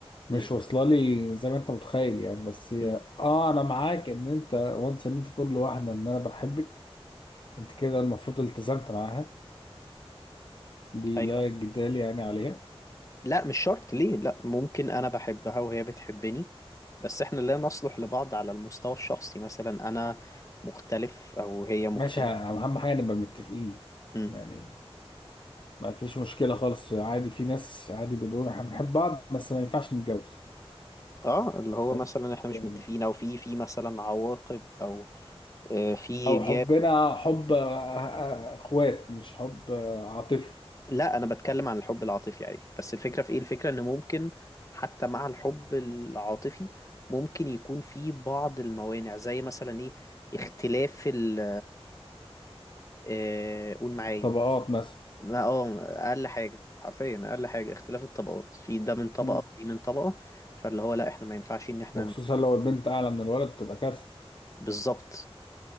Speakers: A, on the left; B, on the left.
A: مش
B: امم
A: واصله لي زي ما انت متخيل يعني بس هي
B: امم
A: اه انا معاك ان انت وانس ان انت تقول لواحده ان انا بحبك انت كده المفروض التزمت معاها دي
B: ايوه
A: لا جدال يعني عليها
B: لا مش شرط ليه لا ممكن انا بحبها وهي بتحبني بس احنا لا نصلح لبعض على المستوى الشخصي مثلا انا مختلف او هي مختلفة
A: ماشي اهم حاجه نبقى متفقين
B: امم
A: يعني ما فيش مشكله خالص عادي في ناس عادي بتقول احنا بنحب بعض بس ما ينفعش نتجوز
B: اه اللي هو
A: فاهم؟
B: مثلا احنا مش
A: يعني
B: متفقين او في في مثلا عواقب او آه، في
A: او
B: جاب
A: حبنا حب آه، آه، اخوات مش حب آه، عاطفي
B: لا انا بتكلم عن الحب العاطفي عادي بس الفكرة في ايه الفكرة ان ممكن حتى مع الحب العاطفي ممكن يكون في بعض الموانع زي مثلا ايه اختلاف ال آه، قول معايا
A: طبقات مثلا
B: ما- اه اقل حاجة حرفيا اقل حاجة اختلاف الطبقات في ده من طبقة
A: مم.
B: ودي من طبقة فاللي هو لا احنا ما ينفعش ان احنا
A: وخصوصا
B: ن-
A: لو البنت اعلى من الولد تبقى كارثه
B: بالظبط